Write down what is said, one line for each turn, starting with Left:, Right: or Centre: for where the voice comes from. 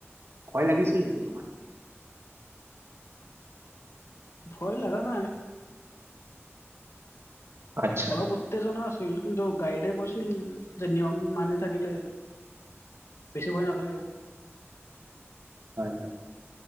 Right: ভয় লাগিছিল নেকি তোমাৰ
Left: ভয় লগা নাই।
Right: আচ্ছা
Left: অলপ উত্তেজনা আছিল, কিন্তু গাইডে কৈছিল যে নিয়ম মানি থাকিলে বেছি ভয় নালাগে।
Right: হয় হয়।